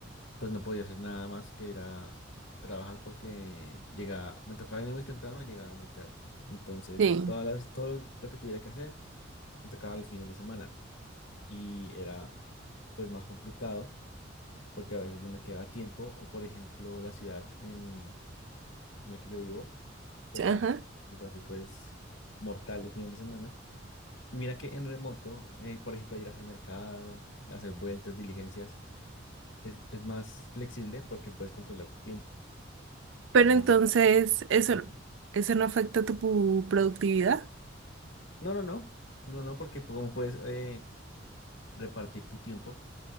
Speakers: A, on the left; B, on the right.
A: pues no podía hacer nada más que era trabajar porque llegaba, me tocaba irme muy temprano y llegaba muy tarde. Entonces,
B: sí,
A: todas las, todo lo, lo que tuviera que hacer me tocaba los fines de semana y era pues más complicado porque a veces no me quedaba tiempo o por ejemplo la ciudad en, en la que yo vivo, pues
B: sí, ajá,
A: el, el tráfico es mortal los fines de semana. Y mira que en remoto, eh, por ejemplo, ir a hacer mercado, hacer vueltas, diligencias, Es, es más flexible porque puedes controlar tiempo.
B: Pero
A: Como,
B: entonces, eso,
A: ajá.
B: eso no afecta tu productividad.
A: No, no, no. No, no, porque pu- como puedes eh, repartir tu tiempo,